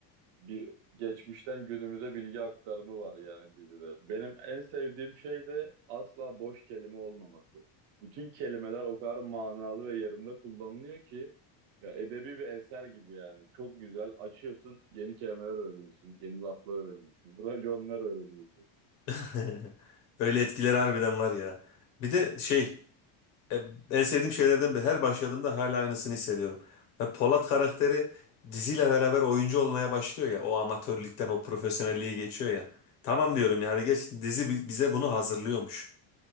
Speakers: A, on the right (about 65°); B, on the left (about 65°).
A: Bir geçmişten günümüze bilgi aktarımı var yani dizide. Benim en sevdiğim şey de asla boş kelime olmaması. Bütün kelimeler o kadar manalı ve yerinde kullanılıyor ki ya edebi bir eser gibi yani. Çok güzel. Açıyorsun, yeni kelimeler öğreniyorsun, yeni laflar öğreniyorsun, <laughs> raconlar öğreniyorsun.
B: <laughs> Öyle etkileri harbiden var ya. Bir de şey E, En sevdiğim şeylerden biri. Her başladığımda hala aynısını hissediyorum. Ve Polat karakteri diziyle beraber oyuncu olmaya başlıyor ya. O amatörlükten o profesyonelliğe geçiyor ya. Tamam diyorum yani gerçekten dizi bi- bize bunu hazırlıyormuş.